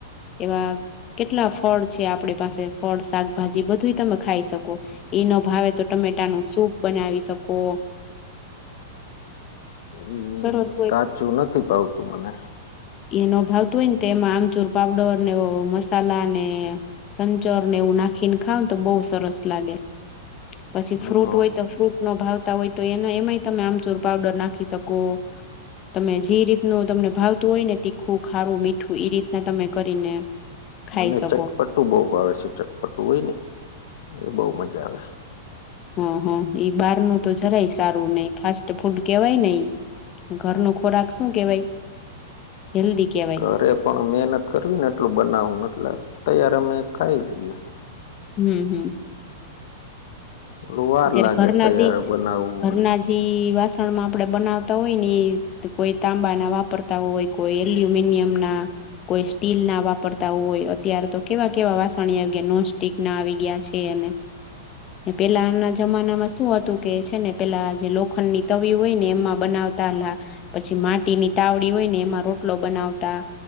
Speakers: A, on the left; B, on the left.
A: એવા કેટલા ફળ છે આપડી પાસે ફળ શાકભાજી બધું તમે ખાઈ શકો ઈ ન ભાવે તો ટમેટા નો સૂપ બનાવી શકો
B: હમ
A: સરસ
B: કાચું નથી ભાવતું મને
A: ઈ ન ભાવ તો હોય ને તે એમાં આમચૂર પાવડર ને મસાલા ને સંચોર ને એવું નાખી ને ખાવ તો બહુ સરસ લાગે પછી
B: હમ
A: ફ્રૂટ હોય તો ફ્રૂટ નો ભાવતા હોય તો એને એમાંય તમે આમચૂર પાવડર નાખી શકો તમે જે રીતનું તમને ભાવતું હોય ને તીખું ખારું મીઠું એ રીત ને તમે કરીને ખાઈ
B: મને
A: શકો
B: ચટપટુ બઉ ભાવે છે ચટપટુ હોય ને એ બઉ મજા આવે
A: હા હા ઈ બહાર નું તો જરાય સારું નઈ ફાસ્ટ ફૂડ કેવાય ને એ ઘર નો ખોરાક શું કેવાય હેલ્દી કેવાય
B: અરે પણ મહેનત કરવી ને એટલું બનાવવુંને એટલે તૈયાર અમે ખાઈ લઈએ
A: હમ હમ
B: થોડું વાર
A: અત્યારે
B: લાગે
A: ઘરના
B: તૈયાર
A: જે
B: બનાવવું
A: ઘરના
B: ને
A: જે વાસણ માં આપડે બનાવતા હોય ને કોઈ તાંબા ના વાપરતા હોય કોઈ એલ્યુમિનિયમ ના કોઈ સ્ટીલ ના વાપરતા હોય અત્યારે તો કેવા કેવા વાસણી આવી ગયા નોનસ્ટક ના આવી ગયા છે અને પેલાના જમાનામાં શું હતું કે છે ને પેલા જે લોખંડની તવી હોય ને એમાં બનાવતાલા પછી માટીની તાવડી હોય ને એમાં રોટલો બનાવતા